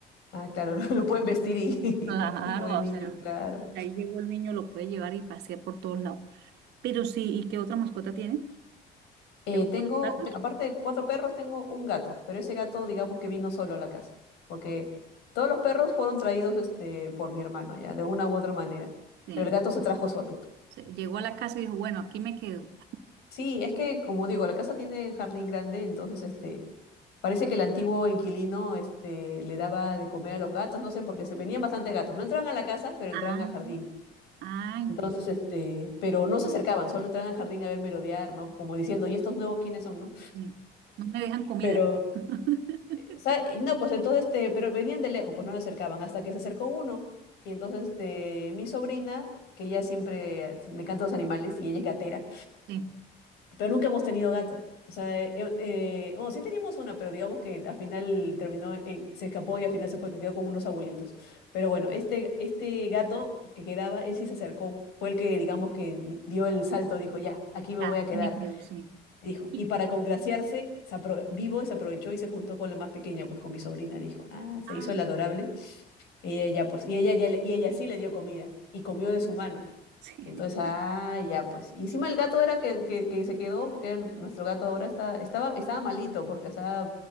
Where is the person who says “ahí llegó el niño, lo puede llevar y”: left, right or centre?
Right